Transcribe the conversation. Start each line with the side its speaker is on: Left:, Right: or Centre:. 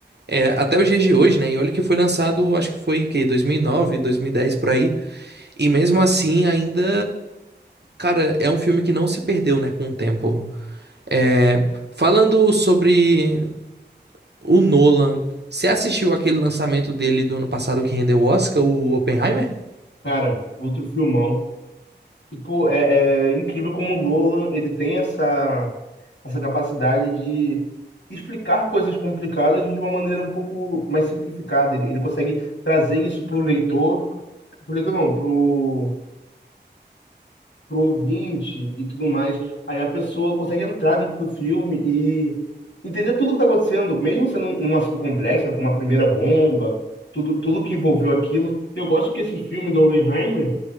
Right: é, até os dias de hoje, né? E olha que foi lançado, acho que foi o quê? dois mil e nove, 2010 por aí, e mesmo assim ainda, cara, é um filme que não se perdeu, né, com o tempo. É, Falando sobre o Nolan. Você assistiu aquele lançamento dele do ano passado que rendeu o Oscar, o Oppenheimer?
Left: Cara, outro filmão. Tipo, é, é incrível como o Nolan, ele tem essa essa capacidade de explicar coisas complicadas de uma maneira um pouco mais simplificada. Ele, ele consegue trazer isso para o leitor, para o leitor não, para o ouvinte e tudo mais. Aí a pessoa consegue entrar dentro do filme e entender tudo o que está acontecendo, mesmo sendo um, um assunto complexo, né, como a primeira bomba, tudo, tudo que envolveu aquilo. Eu gosto que esse filme do Oppenheimer